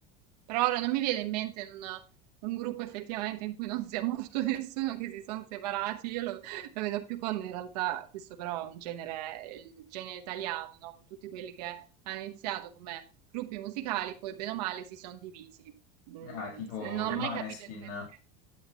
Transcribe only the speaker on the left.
Ah, tipo
i
Maneskin,